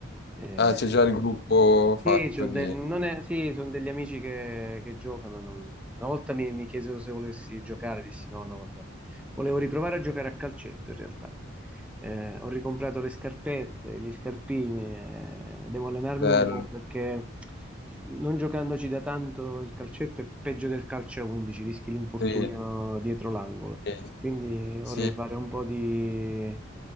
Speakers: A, in the centre; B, on the left (about 50°).
A: Eh,
B: Ah, c'è già il gruppo
A: sì,
B: fatto
A: c'ho de-
B: di...
A: non è- sì, sono degli amici che, che giocano. non- Una volta mi, mi chiesero se volessi giocare, dissi no, no, vabbè. Volevo riprovare a giocare a calcetto in realtà. Eh, ho ricomprato le scarpette, gli scarpini, eh, devo allenarmi
B: Bello.
A: un po' perché non giocandoci da tanto il calcetto è peggio del calcio a 11, rischi l'infortunio
B: Sì,
A: dietro l'angolo.
B: sì,
A: Quindi vorrei
B: sì.
A: fare un po' di